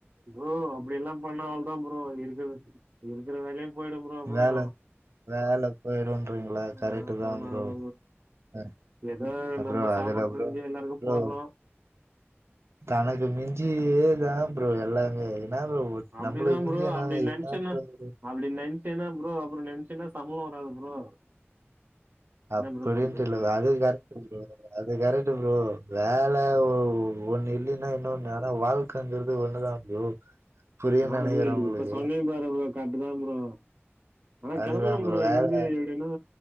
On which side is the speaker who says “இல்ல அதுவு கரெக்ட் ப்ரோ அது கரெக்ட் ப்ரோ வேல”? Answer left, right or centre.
Right